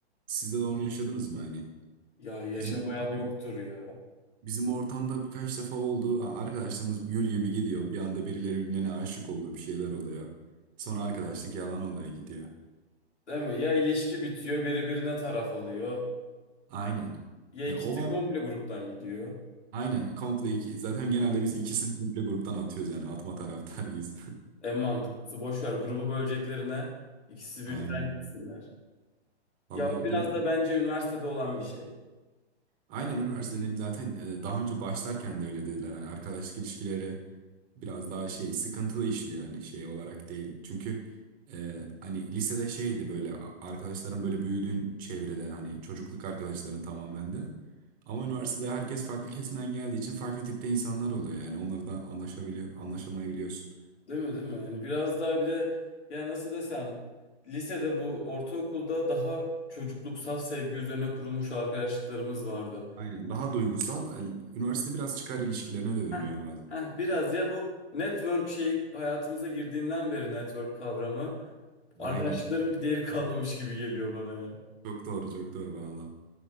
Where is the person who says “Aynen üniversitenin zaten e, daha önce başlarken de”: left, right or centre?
Right